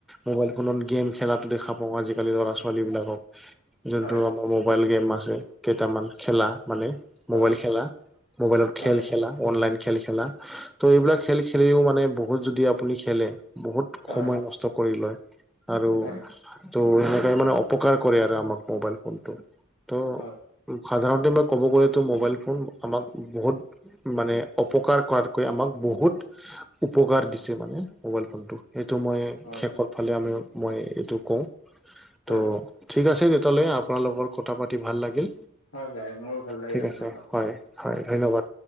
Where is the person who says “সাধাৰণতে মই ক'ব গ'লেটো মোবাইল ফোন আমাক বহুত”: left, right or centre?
Centre